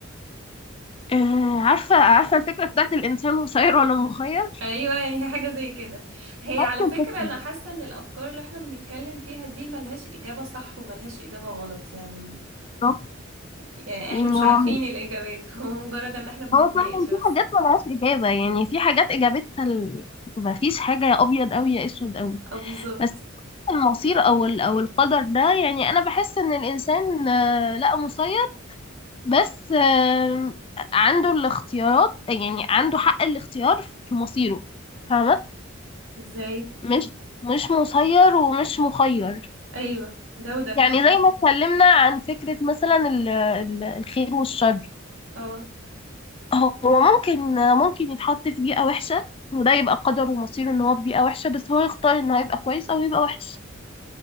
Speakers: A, on the left; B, on the right.
A: آه عارفة عارفة الفكرة بتاعت الإنسان مسير ولا مخير
B: ايوه يعني هي حاجة زي كده هي
A: نفس
B: على
A: الفكرة
B: فكرة انا حاسة ان الافكار اللي احنا بنتكلم فيها دي ملهاش اجابة صح وملهاش اجابة غلط يعني
A: بالظبط
B: يعني
A: يعني
B: احنا مش
A: هو
B: عارفين
A: من
B: الاجابات <laughs> هو مجرد ان احنا بنتناقش
A: هو فعلا
B: بس
A: في حاجات ملهاش إجابة يعني في حاجات إجابتها ال... مفيش حاجة يا أبيض أوي يا أسود أوي
B: او بالظبط
A: بس المصير أو ال... أو القدر ده يعني أنا بحس إن الإنسان آه، لا مسير بس آم، عنده الاختيارات يعني عنده حق الاختيار في مصيره فاهمة
B: ازاي
A: مش مش مسير ومش مخير
B: ايوه ده وده
A: يعني زي ما اتكلمنا عن فكرة مثلا ال- ال- الخير والشر
B: اه
A: هو ممكن ممكن يتحط في بيئة وحشة وده يبقى قدره ومصيره ان هو في بيئة وحشة بس هو يختار ان هو يبقى كويس او يبقى وحش